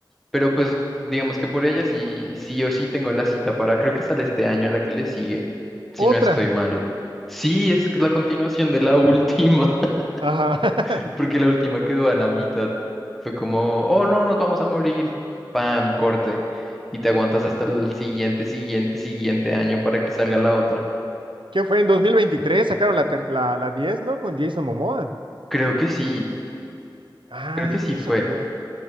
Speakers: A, in the centre; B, on the right.
A: Pero pues digamos que por ella sí, sí o sí tengo la cita para, creo que sale este año la que le sigue, si
B: Otra.
A: no estoy mal. Sí, es la continuación de la última, <laughs>
B: Ajá. <laughs>
A: porque la última quedó a la mitad. Fue como, oh no, nos vamos a morir. Pam, corte. Y te aguantas hasta el siguiente, siguiente, siguiente año para que salga la otra.
B: ¿Qué fue? En 2023 sacaron la, ter- la, la diez ¿no? Con Jason Momoa.
A: Creo que sí,
B: Ah,
A: creo que sí
B: no
A: fue.
B: sabía.